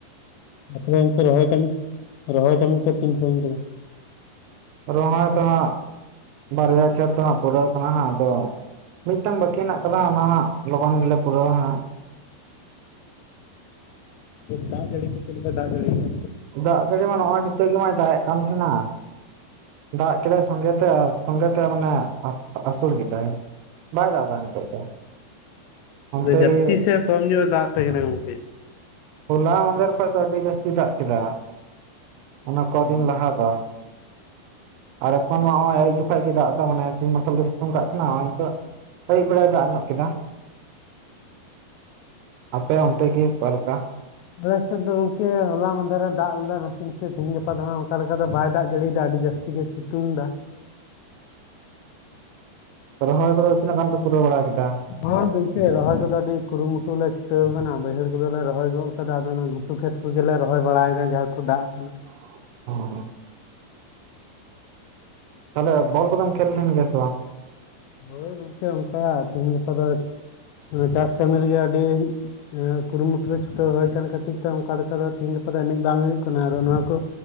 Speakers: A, on the left; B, on the right.
A: ᱟᱯᱮ ᱫᱚ ᱚᱱᱛᱮ ᱨᱚᱦᱚᱭ ᱠᱟᱹᱢᱤ, ᱨᱚᱦᱚᱭ ᱠᱟᱹᱢᱤ ᱠᱚ ᱛᱤᱱ ᱥᱟᱸᱜᱤᱧ ᱠᱮᱫᱟ?
B: ᱨᱚᱦᱚᱭ ᱫᱚ ᱦᱟᱸᱜ ᱵᱟᱨᱭᱟ ᱠᱷᱮᱛ ᱫᱚ ᱦᱟᱸᱜ ᱯᱩᱨᱟᱹᱣ ᱠᱟᱱᱟ ᱦᱟᱸᱜ, ᱟᱫᱚ ᱢᱤᱫᱴᱟᱝ ᱵᱟᱹᱠᱤ ᱦᱮᱱᱟᱜ ᱠᱟᱫᱟ ᱦᱟᱹᱜ ᱚᱱᱟ ᱦᱟᱸᱜ ᱞᱚᱜᱚᱱ ᱜᱮᱞᱮ ᱯᱩᱨᱟᱹᱣᱟ ᱦᱟᱸᱜ᱾
A: ᱫᱟᱜ ᱡᱟᱹᱲᱤ ᱠᱚ ᱪᱮᱫ ᱞᱮᱠᱟ ᱫᱟᱜ ᱡᱟᱹᱲᱤᱭ ᱫᱟ?
B: ᱫᱟᱜ ᱡᱟᱹᱲᱤ ᱢᱟ ᱱᱚᱜ ᱚᱭ ᱱᱤᱛᱚᱜ ᱜᱮ ᱢᱟᱭ ᱫᱟᱜ ᱮᱫ ᱠᱟᱱ ᱛᱟᱦᱮᱱᱟ᱾ ᱫᱟᱜ ᱠᱮᱫᱟᱭ ᱥᱚᱸᱜᱮᱛᱮ ᱟᱨ ᱥᱚᱸᱜᱮᱛᱮ ᱢᱟᱱᱮ ᱟᱹᱥᱳᱲ ᱠᱮᱫᱟᱭ᱾ ᱵᱟᱭ ᱫᱟᱜ ᱫᱟ ᱱᱤᱛᱳᱜ ᱫᱚ᱾ ᱚᱱᱛᱮ
A: ᱟᱫᱚ ᱡᱟᱹᱥᱛᱤ
B: ᱜᱮ
A: ᱥᱮ ᱠᱚᱢ ᱧᱚᱜ ᱮ ᱫᱟᱜ ᱟᱯᱮ ᱠᱟᱱᱟ ᱜᱚᱝᱠᱮ?
B: ᱦᱚᱞᱟ ᱢᱟᱫᱷᱮᱨ ᱠᱷᱚᱡ ᱫᱚ ᱟᱹᱰᱤ ᱡᱟᱹᱥᱛᱤ ᱫᱟᱜ ᱠᱮᱫᱟ, ᱚᱱᱟ ᱠᱚᱫᱤᱱ
A: ᱚ
B: ᱞᱟᱦᱟ ᱫᱚ᱾ ᱟᱨ ᱮᱠᱷᱚᱱ ᱢᱟ ᱱᱚᱜ ᱚᱭ ᱟᱭᱩᱵ ᱡᱚᱠᱷᱟᱡ ᱜᱮ ᱫᱟᱜ ᱫᱟ ᱢᱟᱱᱮ ᱥᱤᱧ ᱢᱟᱨᱥᱟᱞ ᱫᱚ ᱥᱤᱛᱩᱝ ᱠᱟᱜ ᱠᱟᱱᱟ ᱟᱨ ᱱᱤᱛᱚᱜ ᱟᱹᱭᱩᱵ ᱵᱮᱲᱟᱭ ᱫᱟᱜ ᱧᱚᱜ ᱠᱮᱫᱟ᱾ ᱟᱯᱮ ᱚᱱᱛᱮ ᱜᱮ ᱚᱠᱟ ᱞᱮᱠᱟ?
A: ᱟᱞᱮ ᱥᱮᱫ ᱫᱚ ᱜᱚᱢᱠᱮ ᱦᱚᱞᱟ ᱢᱟᱫᱷᱮᱨ ᱫᱟᱜ ᱞᱮᱫᱟ ᱱᱟᱥᱮ ᱱᱟᱥᱮ ᱛᱮᱦᱮᱧ ᱜᱟᱯᱟ ᱫᱚ ᱦᱟᱸᱜ ᱚᱱᱠᱟ ᱞᱮᱠᱟ ᱫᱚ ᱵᱟᱭ ᱫᱟᱜ ᱡᱟᱹᱲᱤ ᱮᱫᱟ ᱟᱹᱰᱤ ᱡᱟᱹᱥᱛᱤ ᱜᱮ ᱥᱤᱛᱩᱝ ᱫᱟ
B: ᱚ ᱨᱚᱦᱚᱭ ᱠᱚᱫᱚ ᱛᱤᱱᱟᱹᱜ ᱜᱟᱱ ᱯᱮ ᱯᱩᱨᱟᱹᱣ ᱵᱟᱲᱟ ᱠᱮᱫᱟ?
A: ᱦᱮᱸ ᱜᱚᱝᱠᱮ ᱨᱚᱦᱚᱭ ᱠᱚᱫᱚ ᱟᱹᱰᱤ ᱠᱩᱨᱩᱢᱩᱴᱩ ᱞᱮ ᱪᱷᱩᱴᱟᱹᱣ ᱟᱠᱟᱱᱟ ᱵᱟᱹᱭᱦᱟᱹᱲ ᱠᱚᱫᱚᱞᱮ ᱨᱚᱦᱚᱭ ᱜᱚᱫ ᱟᱠᱟᱫᱟ ᱟᱫᱚ ᱚᱱᱟ ᱜ ᱠᱷᱮᱛ ᱠᱚᱜᱮᱞᱮ ᱨᱚᱦᱚᱭ ᱵᱟᱲᱟᱭᱮᱫᱟ ᱡᱟᱦᱟᱸ ᱠᱚ ᱫᱟᱜ ᱠᱟᱱᱟ᱾
B: <unintelligible> ᱛᱟᱦᱚᱸᱞᱮ ᱵᱚᱞ ᱠᱚᱫᱚᱢ ᱠᱷᱮᱞ ᱛᱟᱦᱮᱸᱱ ᱜᱮᱭᱟ ᱥᱮ ᱵᱟᱝ᱾
A: ᱦᱳᱭ ᱜᱚᱢᱠᱮ ᱚᱱᱠᱟ ᱛᱮᱤᱦᱮᱧ ᱜᱟᱯᱟ ᱫᱚ ᱪᱟᱥ ᱠᱟᱹᱢᱤ ᱨᱮᱜᱮ ᱟᱹᱰᱤ᱾ ᱮᱸ ᱠᱩᱨᱩᱢᱩᱴᱩᱨᱮ ᱪᱷᱩᱴᱟᱹᱣ ᱦᱳᱭ ᱠᱟᱱ ᱠᱷᱟᱹᱛᱤᱨ ᱛᱮ ᱚᱱᱠᱟ ᱞᱮᱠᱟ ᱫᱚ ᱛᱤᱦᱮᱸᱧ ᱜᱟᱯᱟ ᱫᱚ ᱮᱱᱮᱡ ᱵᱟᱝ ᱦᱩᱭᱩᱜ ᱠᱟᱱᱟ ᱟᱫᱚ ᱱᱚᱶᱟ ᱠᱚ᱾